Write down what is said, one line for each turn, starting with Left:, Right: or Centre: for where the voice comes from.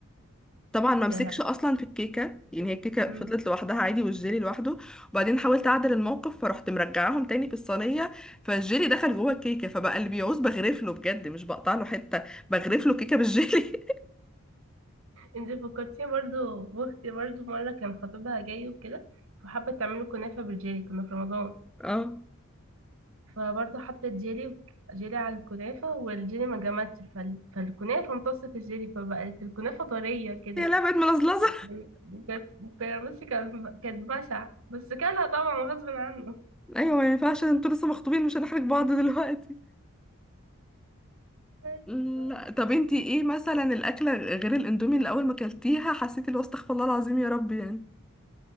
Centre: طبعا ما مسكش
Right: يا
Centre: اصلا في الكيكه يعني هي الكيكه
Right: لا
Centre: فضلت لوحدها عادي والجيلي لوحده وبعدين حاولت اعدل الموقف فرحت مرجعاهم تاني في الصينيه فالجيلي دخل جوه الكيكه فبقى اللي بيعوز بغرف له بجد مش بقطع له حته بغرف له كيكه بالجيلي
Right: انت فكرتيني برضو بأختي برضو مرة كان خطيبها جاي وكده وحابة تعمله كنافة بالجيلي كنا في رمضان
Centre: <laughs> اه
Right: فبرضو حطت جيلي جيلي على الكنافة والجيلي ما جمدش فال... فالكنافة امتصت الجيلي فبقت الكنافة طرية كده
Centre: يا لا بقت ملزلزه
Right: يعني كان كان- بصي كان كانت بشعة بس كانها طبعا غصب عنه
Centre: ايوه ما ينفعش انتوا لسه مخطوبين مش هنحرج بعض دلوقتي
Right: <laughs>
Centre: لا طب انتي ايه مثلا الاكله غير الاندومي اللي اول ما اكلتيها حسيتي اللي هو استغفر الله العظيم يا رب يعني